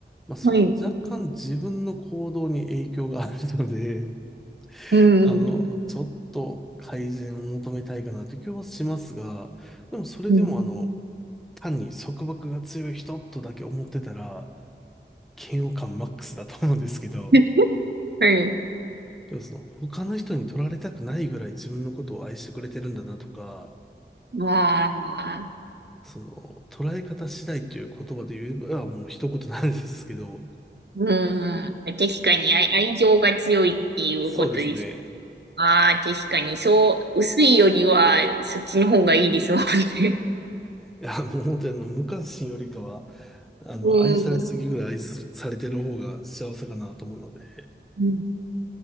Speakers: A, in the centre; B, on the right.
A: まあ、それは若干自分の行動に影響があるので、
B: はい。
A: <laughs>
B: うん。
A: あの、ちょっと改善を求めたいかなという気はしますが、でもそれでもあの、
B: うん。
A: 単に束縛が強い人とだけ思ってたら、嫌悪感マックスだと思うんですけど、
B: <laughs> はい。
A: でもその他の人に取られたくないぐらい自分のことを愛してくれてるんだなとか、
B: まあ、
A: その捉え方次第っていう言葉で言えばもう一言なんですけど、
B: うーん。確かに愛、愛情が強いっていうことです。
A: そうですね。
B: ああ、確かに、そう、薄いよりは、そっちの方がいいですもんね。
A: いや、もう本当にあの、無関心よりかは、あの、
B: <laughs> うん。
A: 愛されすぎぐらい愛するされてる方が幸せかなと思うので。
B: うん